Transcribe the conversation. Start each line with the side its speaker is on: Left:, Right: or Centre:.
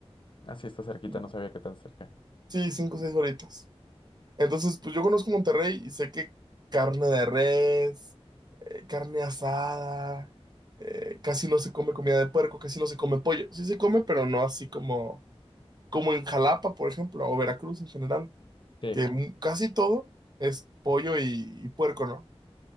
Left: así está cerquita,
Right: Cinco.
Left: no sabía que tan cerca.
Right: Sí, cinco o seis horitas. Entonces, pues yo conozco Monterrey y sé que carne de res, eh, carne asada, eh, casi no se come comida de puerco, casi no se come pollo. Sí se come, pero no así como, como en Jalapa, por ejemplo, o Veracruz en general.
Left: Sí,
Right: que mu- casi todo es pollo y, y puerco, ¿no?